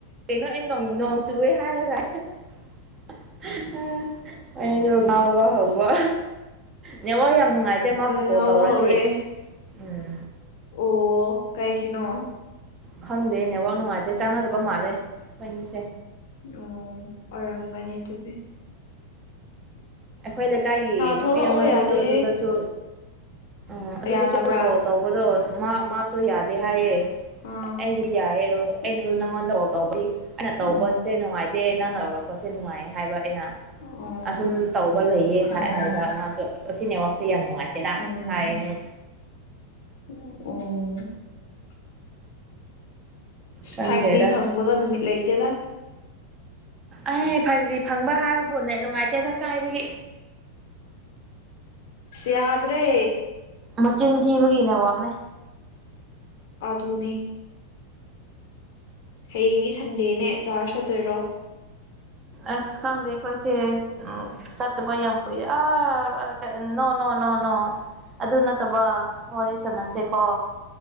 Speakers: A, on the right; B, on the left.
A: ꯀꯩꯅꯣ ꯑꯩ ꯅꯣꯡ ꯅꯣꯡ ꯆꯨꯋꯦ ꯍꯥꯏꯔꯒ <unintelligible> ꯑ ꯑꯩꯖꯨ ꯉꯥꯎꯕ ꯍꯧꯕ ꯅꯦꯠꯋꯛ ꯌꯥꯝ ꯅꯨꯡꯉꯥꯏꯇꯦ ꯃꯥꯕꯨ ꯀꯣꯜ
B: ꯉꯥꯎꯕ
A: ꯇꯧꯔꯗꯤ
B: ꯍꯧꯔꯦ
A: ꯎꯝ
B: ꯑꯣ ꯀꯩꯒꯤꯅꯣ
A: ꯈꯪꯗꯦ ꯅꯦꯠꯋꯥꯛ ꯅꯨꯡꯉꯥꯏꯇꯦ ꯆꯥꯟꯅꯗꯕ ꯃꯥꯜꯂꯦ ꯈꯣꯏꯅꯤꯁꯦ
B: ꯑꯣ ꯑꯣꯏꯔꯝꯒꯅꯤ ꯗꯨꯗꯤ
A: ꯑꯩꯈꯣꯏ ꯂꯩꯀꯥꯏꯒꯤ
B: ꯊꯣꯛꯂꯛꯑꯣ
A: ꯅꯨꯄꯤ ꯑꯃꯗꯨꯁꯨ
B: ꯌꯥꯗꯦ
A: ꯑꯗꯨꯗꯁꯨ ꯑꯪ ꯑꯗꯨꯗꯁꯨ
B: ꯌꯥꯗꯕ꯭ꯔꯥ
A: ꯀꯣꯜ ꯇꯧꯕꯗꯣ ꯃꯥ ꯃꯥꯁꯨ ꯌꯥꯗꯦ ꯍꯥꯏꯌꯦ
B: ꯑꯥ
A: ꯑꯩꯒꯤ ꯌꯥꯏꯌꯦ ꯑꯗꯣ ꯑꯩꯖꯨ
B: ꯎꯝ
A: ꯅꯪꯉꯣꯟꯗ ꯀꯣꯜ ꯇꯧꯕꯗꯤ ꯑꯩꯅ ꯇꯧꯕꯖꯦ
B: ꯎꯝ
A: ꯅꯨꯡꯉꯥꯏ ꯇꯦ ꯅꯪꯅ ꯑꯣꯔꯛꯄꯁꯦ ꯅꯨꯡꯉꯥꯏꯌꯦ ꯍꯥꯏꯕ ꯑꯩꯅ
B: ꯎꯝ
A: ꯑꯁꯨꯝ ꯇꯧꯕ ꯂꯩꯌꯦ ꯍꯥꯏ
B: ꯎꯝ
A: ꯍꯥꯏꯕ ꯃꯥꯁꯨ ꯑꯁ ꯑꯁꯤ ꯅꯦꯠꯋꯥꯛꯁꯦ ꯌꯥꯝ ꯅꯨꯡꯉꯥꯏꯇꯦꯗ
B: ꯎꯝ
A: ꯍꯥꯏꯌꯦꯅꯦ
B: <unintelligible>
A: ꯈꯪꯗꯦꯗ
B: ꯐꯥꯏꯚ ꯖꯤ ꯐꯪꯕꯒ ꯅꯨꯃꯤꯠ ꯂꯩꯇꯦꯗ
A: ꯑꯩ ꯐꯥꯏꯚꯖꯤ ꯐꯪꯕ ꯍꯥꯏꯕꯕꯨ ꯅꯦꯠ ꯅꯨꯡꯉꯥꯏꯇꯦꯗ ꯀꯥꯏꯗꯒꯤ
B: <inaudible> ꯌꯥꯗ꯭ꯔꯦ
A: ꯃꯆꯤꯟ ꯊꯤꯕꯒꯤ ꯅꯦꯋꯥꯥꯛꯅꯦ
B: ꯑꯥꯗꯨꯅꯦ ꯍꯌꯦꯡꯗꯤ ꯁꯟꯗꯦꯅꯦ ꯆꯥꯔꯆ ꯆꯠꯇꯣꯏꯔꯣ
A: ꯑꯁ ꯈꯪꯗꯦ ꯈꯣꯏꯁꯦ ꯆꯠꯇꯕ ꯌꯥꯝ ꯀꯨꯏꯔꯦ ꯑꯥ ꯀꯩ ꯅꯣ ꯅꯣ ꯅꯣ ꯅꯣ ꯑꯗꯨ ꯅꯠ ꯇꯕ ꯋꯥꯔꯤ ꯁꯥꯟꯅꯁꯦꯀꯣ